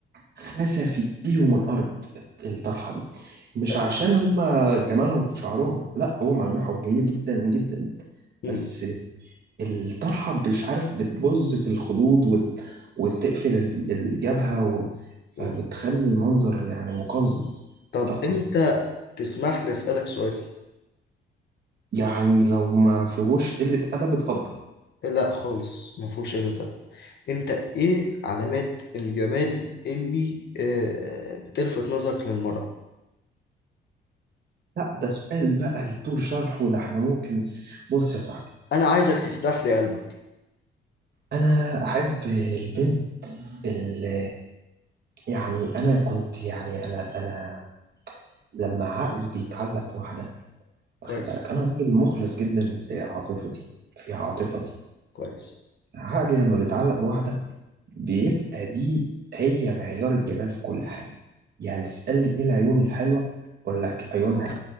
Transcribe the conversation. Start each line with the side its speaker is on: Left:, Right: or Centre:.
Right: خسفت بيهم الأرض الطرحة دي مش
Left: ايوه
Right: عشان هما جمالهم في شعرهم لا هو ملامحهم جميلة جدا جدا
Left: مم.
Right: بس الطرحة مش عارف بتبظ في الخدود وت... وتقفل ال- الجبهة و... فبتخلي
Left: مم.
Right: المنظر يعني مقزز
Left: طب
Right: استغفر
Left: انت
Right: الله
Left: تسمح لي اسألك سؤال
Right: يعني لو ما فيهوش قلة أدب اتفضل
Left: لا خالص ما فيهوش الا ده انت ايه علامات الجمال اللي آه، بتلفت نظرك للمرأة
Right: لا ده سؤال بقى يطول شرحه ده احنا ممكن بص يا صاحبي
Left: انا عايزك تفتح لي قلبك
Right: انا احب البنت اللي يعني انا كنت يعني انا انا لما عقلي بيتعلق بواحده واخد
Left: كويس
Right: بالك انا راجل مخلص جدا في عاطفتي في عاطفتي
Left: كويس
Right: عقلي لما بيتعلق بواحده بيبقى دي هي معيار الجمال في كل حاجه يعني تسالني ايه العيون الحلوه اقول لك عيونها